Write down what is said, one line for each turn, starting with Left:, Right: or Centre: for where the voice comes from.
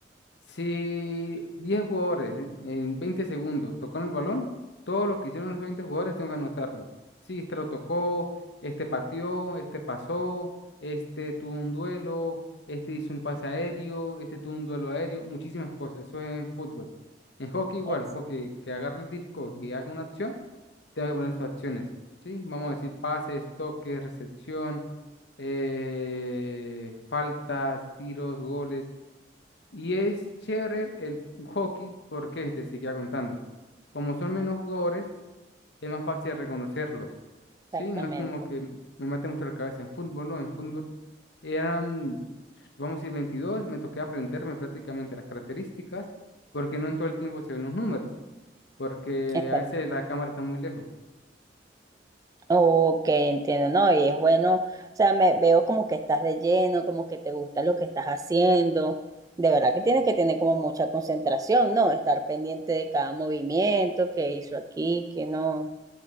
Left: si 10 jugadores en en 20 segundos tocaron el balón, todo lo que hicieron esos 20 jugadores tengo que anotarlo. Si este lo tocó, este pateó, este pasó, este tuvo un duelo, este hizo un pase aéreo, este tuvo un duelo aéreo, muchísimas cosas. Eso es en fútbol. En hockey igual,
Right: es-
Left: porque que agarre el disco y haga una acción tengo que poner sus acciones, ¿sí? Vamos a decir pases, toques, recepción, eh, faltas, tiros, goles. Y es chévere el hockey porque te seguía contando. Como son menos jugadores, es más fácil reconocerlos,
Right: Exactamente,
Left: ¿sí? No es como que me mate mucho la cabeza en fútbol, ¿no? En fútbol eran, vamos a decir, 22, me toqué aprenderme prácticamente las características porque no en todo el tiempo se ven los números porque
Right: exacto.
Left: a veces la cámara está muy lejos.
Right: Ok, entiendo, ¿no? Y es bueno, o sea, me veo como que estás de lleno, como que te gusta lo que estás haciendo. De verdad que tienes que tener como mucha concentración, ¿no? Estar pendiente de cada movimiento que hizo aquí, que no.